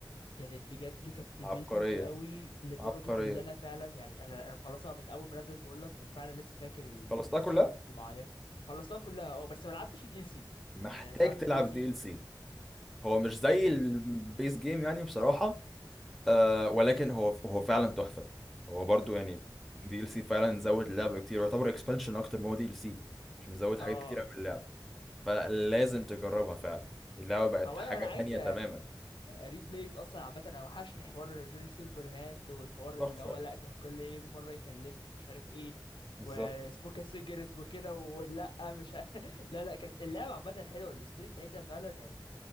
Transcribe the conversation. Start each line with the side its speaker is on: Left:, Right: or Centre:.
Left: كانت بجد كابتيفيتنج
Centre: عبقريه
Left: قوي لدرجة
Centre: عبقريه
Left: اللي أنا فعلا يعني أنا أنا مخلصها من أول ما نزلت بقولك وفعلا لسه فاكر السينز
Centre: خلصتها كلها
Left: اللي معايا خلصتها كلها أه بس ما لعبتش الدي ال سي
Centre: محتاج
Left: يعني أنا ساعة
Centre: تلعب
Left: الدي ال
Centre: الدي
Left: سي
Centre: ال سي هو مش زي
Left: امم
Centre: البيس جيم يعني بصراحة آه ولكن هو هو فعلا تحفة هو برضو يعني دي ال سي فعلا زود اللعبة كتير ويعتبر اكسبانشن اكتر ما هو دي ال سي عشان زود حاجات
Left: أه
Centre: كتير قوي اللعبة فلازم تجربها فعلا اللعبة بقت
Left: هو
Centre: حاجة
Left: انا انا عايز
Centre: تانية تماما
Left: ريبليت اصلا عامه انا وحشني حوار جوني سيلفر هاند والحوار
Centre: تحفة
Left: اللي هو لا كان كل يجي مره يكلمني ومش عارف ايه
Centre: بالظبط
Left: وسموك سيجرت وكده ولا مش ع- <laughs> لا لا كانت اللعبه عامه حلوه الستوري بتاعتها فعلا يعني